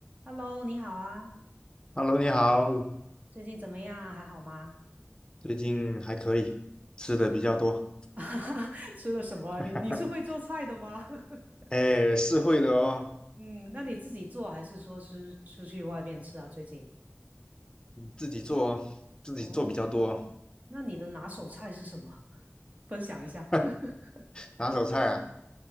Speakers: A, on the right; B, on the left.
A: Hello，你好啊，
B: Hello，你好，
A: 最近怎么样啊？还好吗？
B: 最近还可以，吃的比较多，
A: <laughs> 吃了什么啊你你是会做菜的吗？
B: <laughs>
A: <laughs>
B: 哎，是会的哦，
A: 嗯，那你自己做还是说是出去外面吃啊？最近？
B: 自己做哦，自己做比较多哦，
A: 哦，那你的拿手菜是什么？分享一下。
B: <laughs>
A: <laughs>
B: 拿手菜啊，